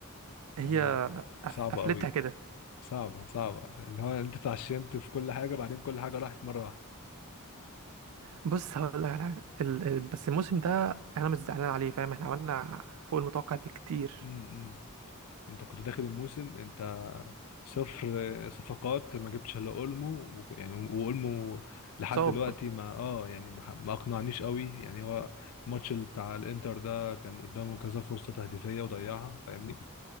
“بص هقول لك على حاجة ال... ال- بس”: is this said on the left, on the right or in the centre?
Right